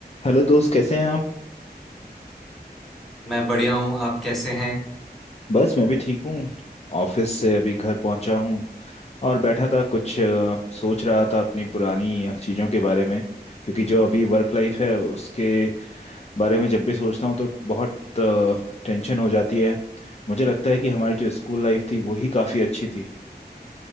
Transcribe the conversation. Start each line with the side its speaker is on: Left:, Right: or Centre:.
Left: Hello दोस्त कैसे हैं आप
Centre: मैं बढ़िया हूँ आप कैसे हैं
Left: बस मैं भी ठीक हूँ ऑफिस से अभी घर पहुंचा हूँ और बैठा था कुछ अ, सोच रहा था अपनी पुरानी चीज़ों के बारे में क्योंकि जो अभी वर्क लाइफ है उसके बारे में जब भी सोचता हूँ तो बहुत टेंशन हो जाती है मुझे लगता है कि हमारी जो स्कूल लाइफ थी वो ही काफ़ी अच्छी थी